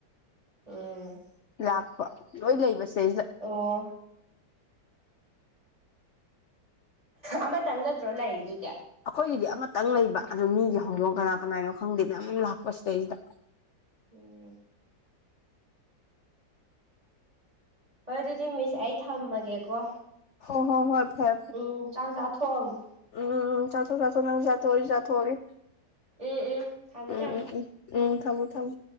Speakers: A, on the right; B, on the left.
A: ꯎꯝ
B: ꯂꯥꯛꯄ ꯂꯣꯏ ꯂꯩꯕ ꯁꯤꯗꯩꯖꯤꯗ
A: ꯑꯣ ꯑꯃꯇꯪ ꯅꯠꯇ꯭ꯔꯣ ꯂꯩꯔꯤꯗꯨꯗꯤ
B: ꯑꯩꯈꯣꯏꯒꯤꯗꯤ ꯑꯃꯇꯪ ꯂꯩꯕ ꯑꯗꯨ ꯃꯤꯒꯤ ꯍꯧꯗꯣꯡ
A: ꯎꯝ
B: ꯀꯅꯥ ꯀꯅꯥꯢꯅꯣ ꯈꯪꯗꯦ ꯃꯌꯥꯝ ꯑꯃ ꯂꯥꯛꯄ ꯁꯤꯗꯩꯁꯤꯗ
A: ꯎꯝ ꯍꯣꯏ ꯑꯗꯨꯗꯤ ꯃꯤꯁ ꯑꯩ ꯊꯝꯃꯒꯦꯀꯣ
B: ꯍ ꯍꯣ ꯍꯣꯏ ꯐꯦ
A: ꯎꯝ ꯆꯥꯛ ꯆꯥ ꯊꯣꯛ ꯑꯝꯃꯣ
B: ꯎꯝ ꯆꯠꯊꯣ ꯆꯊꯣ ꯅꯪꯖꯨ ꯆꯥꯊꯣꯛꯑꯒꯦ
A: ꯎꯝ ꯎꯝ ꯊꯝꯃꯦ
B: ꯎꯝ
A: ꯊꯝꯃꯦ
B: ꯎꯝ ꯎꯝ ꯎꯝ ꯊꯝꯃꯣ ꯊꯝꯃꯣ